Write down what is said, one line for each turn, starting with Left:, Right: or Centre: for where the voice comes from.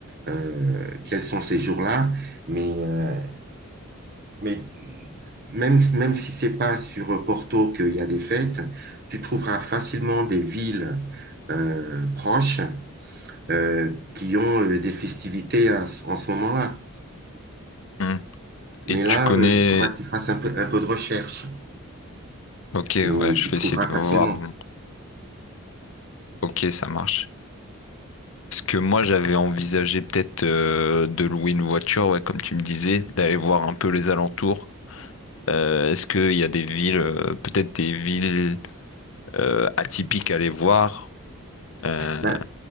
Right: euh, quels sont ces jours-là, mais, euh, mais même, même si c'est pas sur Porto qu'il y a des fêtes, tu trouveras facilement des villes euh, proches euh, qui ont euh, des festivités à- en ce moment-là.
Left: Hmm.
Right: Mais
Left: Et tu
Right: là,
Left: connais...
Right: euh, il faudra que tu fasses un peu, un peu de recherche,
Left: Ok, ouais,
Right: mais
Left: je
Right: tu
Left: vais
Right: trouveras
Left: essayer de voir.
Right: facilement.
Left: donc. Ok, ça marche. Parce que moi, j'avais envisagé peut-être euh, de louer une voiture, ouais, comme tu me disais, d'aller voir un peu les alentours. Euh, est-ce qu'il y a des villes, euh, peut-être des villes euh, atypiques à aller voir? Euh,
Right: Bah,